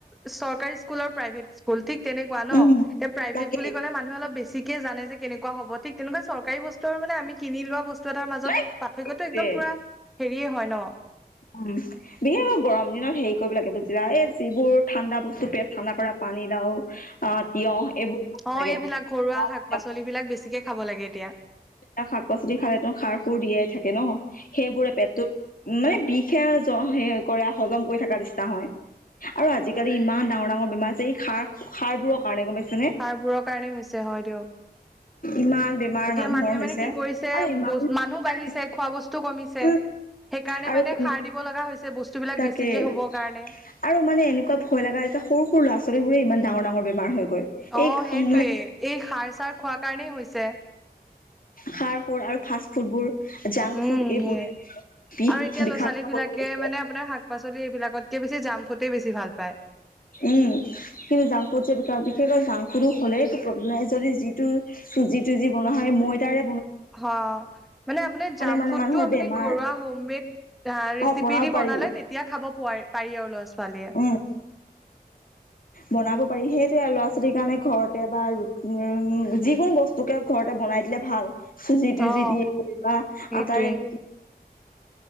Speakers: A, in the centre; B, on the left (about 60°).
A: চৰকাৰী স্কুল আৰু প্ৰাইভেট স্কুল ঠিক তেনেকুৱা। ন?
B: উম
A: এতিয়া প্ৰাইভেট
B: তাকেই
A: বুলি ক'লে মানুহে অলপ বেছি জানে যে কেনেকুৱা হব ঠিক তেনেকুৱা চৰকাৰী বস্তু মানে কিনি লোৱা বস্তু বস্তু এটাৰ মাজত
B: মানে
A: পাৰ্থক্যটো একদম
B: সেইটোৱে
A: পুৰা হেৰিয়ে হয় ন?
B: উম বিশেষকৈ গৰম দিনত হেৰি কৰিব লাগে। বুজিলা? এ যিবোৰ ঠাণ্ডা বস্তু পেট ঠাণ্ডা কৰা পানী লাও অ তিয়হ এইবোৰ খাব
A: অ
B: লাগে।
A: এইবিলাক ঘৰুৱা
B: <unintelligible>
A: শাক পাচলিবিলাক বেছিকে
B: <unintelligible>
A: খাব লাগে এতিয়া
B: শাক-পাচলি খালেতো খাৰ খুৰ দিয়াই থাকে ন? সেইবোৰে পেটটোত মানে বিষহে য কৰে হজম কৰি থকা নিচিনা হয়। আৰু আজিকালি ইমান ডাঙৰ ডাঙৰ বেমাৰ আছে, এই সাৰ, সাৰ বোৰৰ কাৰণে। গম পাইছে নে
A: সাৰবোৰৰ কাৰণে হৈছে হয় দিয়ক।
B: ইমান বেমাৰ
A: এতিয়া
B: মানুহৰ
A: মানুহে
B: হৈছে
A: মানে কি কৰিছে
B: আৰু ইমান
A: বছ মানুহ
B: বেমাৰ
A: বাঢ়িছে,
B: লাগিছে।
A: খোৱা বস্তু কমিছে।
B: উম,
A: সেই কাৰণে
B: আৰু
A: মানে
B: তেনে
A: সাৰ দিব লগা হৈছে বস্তুবিলাক
B: তাকে
A: বেছিকে হ'বৰ কাৰণে।
B: আৰু মানে এনেকুৱা ভয় লগা হৈছে, সৰু ল'ৰা-ছোৱালী ইমান ডাঙৰ ডাঙৰ বেমাৰ হৈ গ,
A: অ
B: এই
A: সেইটোৱে
B: মানে,
A: এই সাৰ চাৰ খোৱাৰ কাৰণেই হৈছে
B: খাৰ-খুৰ আৰু ফাষ্ট ফুডবোৰ জাংক
A: উম
B: ফুড এইবোৰ।
A: সেয়ে।
B: বিষ
A: আৰু এতিয়া
B: বিষাক্ত
A: ল'ৰা-ছোৱালী বিলাকে
B: কৰি পেলাইছে
A: মানে, আপোনাৰ শাক-পাচলি এইবিলাকতকে বেছি জাম ফুটেই বেছি ভাল পায়
B: উম' কিন্তু জাং ফুদ যে বিকা বিশেষৈ তাংফুদু হ'লে একো প্ৰব্লেম নাই যদি যিটো চুজি তুজি বনোৱা হয়, মই তাৰে
A: অ' মানে আপোনাৰ জাম
B: মানে
A: ফুডটো
B: মানুহৰ
A: আপুনি
B: বেমাৰ
A: ঘৰুৱা হোম মেড আহ ৰেচিপি
B: অ বনাব
A: দি
B: পাৰি
A: বনালে তেতিয়া খাব পোৱাৰি পাৰি আৰু ল'ৰা ছোৱালী।
B: উম, বনাব পাৰিহে। ল'ৰা-ছোৱালীৰ কাৰণে ঘৰতে বা উম যিকোনো বস্তুকে ঘৰতে বনাই দিলে ভাল। চুজি তুজি
A: অ
B: দিয়ে কৰিবা,
A: সেইটোৱে
B: আটাৰে ৰুটি